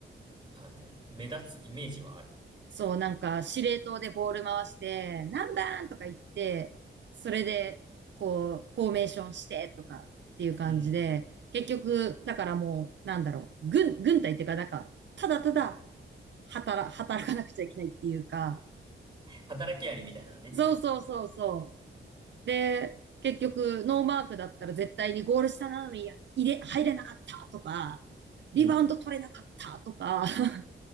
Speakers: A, on the right; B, on the right.
A: あの、目立つイメージはある。
B: そう、なんか、司令塔でボール回して、何番とか言って、それで、こう、フォーメーションしてとかっていう感じで、
A: うん。
B: 結局、だからもう、なんだろう、軍、軍隊っていうか、なんか、ただただ働、<laughs> 働かなくちゃいけないっていうか、
A: 働きありみたいなね。
B: そうそうそうそう。で、結局、ノーマークだったら絶対にゴール下なのにや入れ、入れなかったとか、リバウンド取れなかったとか。
A: うん。
B: <laughs>